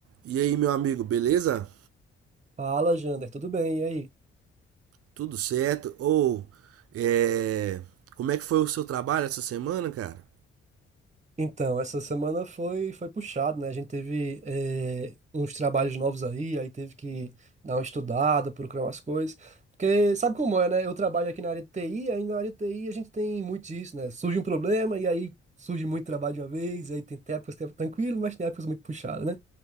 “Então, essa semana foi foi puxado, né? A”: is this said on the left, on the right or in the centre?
Right